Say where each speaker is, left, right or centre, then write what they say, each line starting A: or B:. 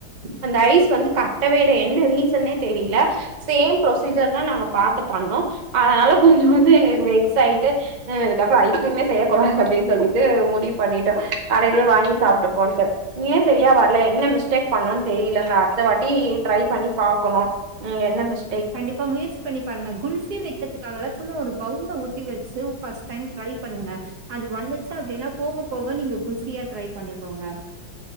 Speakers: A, on the right; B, on the right.
A: அந்த ஐஸ் வந்து கட்டவே இல்ல என்ன ரீசன்னே தெரியல சேம் புரொசீஜர் தான் நாங்க பார்த்து பண்ணோம் அதனால கொஞ்சம் வந்து எங்களுக்கு வெக்ஸ் ஆயிட்டு இதுக்கப்புறம் ஐஸ்கிரீமே செய்யக்கூடாது அப்படின்னு சொல்லிட்டு முடிவு பண்ணிட்டோம் கடையிலயே வாங்கி சாப்பிட்டுபோம்ட்டு ஏன் சரியா வர்ல என்ன மிஸ்டேக் பண்ணோம்ன்னு தெரியலங்க அடுத்த வாட்டி ட்ரை பண்ணி பாக்கணும் என்ன மிஸ்
B: கண்டிப்பா முயற்சி பண்ணி பாருங்க குல்ஃபி வைச்சதுக்காக தான் சும்மா ஒரு பவுல ஊத்தி வச்சு ஃபர்ஸ்ட் டைம் ட்ரை பண்ணுங்க அது வந்துச்சு அப்படின்னா போக போக நீங்க குல்ஃபியா ட்ரை பண்ணிக்கோங்க